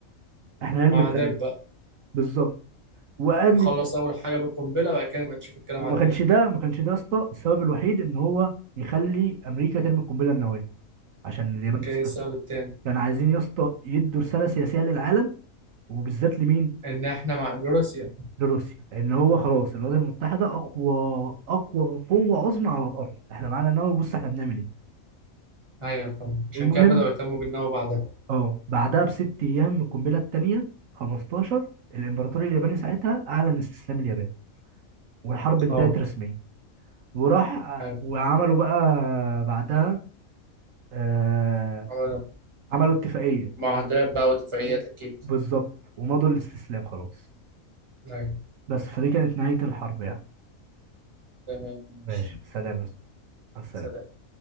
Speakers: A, on the right (about 75°); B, on the right (about 25°).
A: احنا نرمي
B: معادات
A: الكلام
B: بقى
A: بالظبط وقالت
B: نخلص اول حاجه بالقنبله بعد كده نبقى نشوف الكلام
A: وما
B: على
A: كانش
B: ايه
A: ده ما كانش ده يا اسطى السبب الوحيد ان هو يخلي امريكا ترمي القنبله النوويه عشان اليابان
B: ما كان
A: تستسلم
B: إيه السبب التاني
A: كانوا عايزين يا اسطى يدوا رساله سياسيه للعالم وبالذات لمين؟
B: ان احنا مع روسيا
A: لروسيا ان هو خلاص الولايات المتحده اقوى اقوى قوه عظمى على الارض احنا معانا نووي بص احنا بنعمل ايه
B: ايوه فاهم عشان
A: المهم
B: كده بداوا يهتموا بالنووي بعدها
A: اه بعدها بست ايام القنبله الثانيه 15 الامبراطور الياباني ساعتها اعلن استسلام اليابان والحرب انتهت
B: اه
A: رسميا وراح آه،
B: أيوة
A: وعملوا بقى بعدها آه
B: عملوا
A: عملوا اتفاقيه
B: معاهدات بقى واتفاقيات
A: و-
B: أكيد
A: بالظبط ومضوا الاستسلام خلاص
B: أيوة
A: بس فدي كانت نهايه الحرب يعني
B: تمام ماشي
A: ماشي سلام السلام
B: سلام